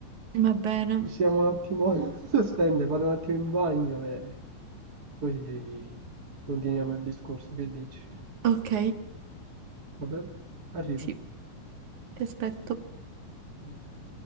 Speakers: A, on the right (about 60°); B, on the right (about 35°).
A: Va bene.
B: Possiamo un attimo <laughs> sospendere, vado un attimo in bagno e poi continuiamo il discorso, che dici?
A: Ok,
B: Va bene? Arrivo.
A: sì, ti aspetto.
B: Ciao.